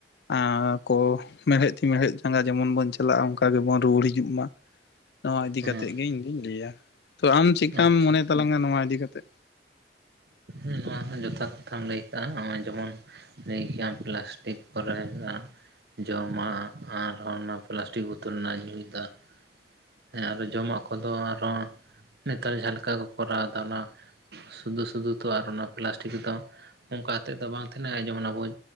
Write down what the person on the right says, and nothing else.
ᱦᱮᱸ
ᱟᱪᱪᱷᱟ
ᱱᱚᱣᱟ ᱦᱚᱸ ᱡᱚᱛᱷᱟᱛ ᱠᱟᱛᱷᱟᱢ ᱞᱟᱹᱭ ᱠᱟᱜᱼᱟ ᱱᱚᱜ-ᱚᱭ ᱡᱮᱢᱚᱱ ᱞᱟᱹᱭ ᱠᱮᱭᱟᱢ ᱯᱮᱞᱟᱥ ᱴᱤᱠ ᱠᱚᱨᱮ <unintelligible> ᱡᱚᱢᱟᱜ ᱟᱨᱦᱚᱸ ᱚᱱᱟ ᱯᱮᱞᱟᱥᱴᱤᱠ ᱵᱳᱛᱳᱞ ᱨᱮᱱᱟᱜ ᱧᱩᱭ ᱫᱟᱜ, ᱦᱮᱸ ᱟᱨᱦᱚ ᱡᱚᱢᱟᱜ ᱠᱚᱫᱚ ᱟᱨ ᱦᱚᱸ ᱱᱮᱛᱟᱨ ᱡᱟᱦᱟᱸ ᱞᱮᱠᱟ ᱠᱚ ᱠᱚᱨᱟᱣ ᱫᱟ ᱚᱱᱟ ᱥᱩᱫᱩ ᱥᱩᱫᱩ ᱛᱚ ᱟᱨ ᱚᱱᱟ ᱯᱮᱞᱟᱥᱴᱤᱠ ᱨᱮᱫᱚ ᱚᱝᱠᱟ ᱛᱮᱫ ᱫᱚ ᱵᱟᱝ ᱛᱷᱮᱱᱟ ᱡᱮᱢᱚᱱ ᱟᱵᱚᱡ,